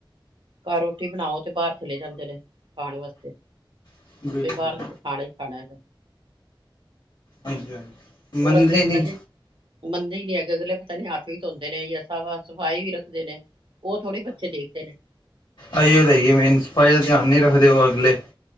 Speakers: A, on the right; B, on the left.
A: ਘਰ ਰੋਟੀ ਬਣਾਓ ਤੇ ਬਾਰ ਚਲੇ ਜਾਂਦੇ ਨੇ ਖਾਣ ਵਾਸਤੇ।
B: ਹੂੰ ਬਿਲਕੁਲ
A: ਵੀ ਬਾਰ
B: ਜੀ
A: ਦਾ ਤੇ ਖਾਣਾ ਈ ਖਾਣਾ।
B: ਹਾਂਜੀ-ਹਾਂਜੀ ਮੰਨਦੇ
A: ਔਰ ਅਗਲੇ ਪਤਾ
B: ਨੀ
A: ਮੰਨਦੇ ਈ ਨੀ ਅਗੇ ਅਗਲੇ ਪਤਾ ਨੀ ਹੱਥ ਵੀ ਧੋਂਦੇ ਨੇ ਯਾ ਸਭ ਸਫ਼ਾਈ ਵੀ ਰੱਖਦੇ ਨੇ ਉਹ ਥੋੜੇ ਬੱਚੇ ਦੇਖਦੇ ਨੇ।
B: ਐਈਓ ਤੇ ਹੈਗੀ ਮੇਨ ਸਫਾਈ ਦਾ ਧਿਆਨ ਨਈ ਰੱਖਦੇ ਅਗਲੇ।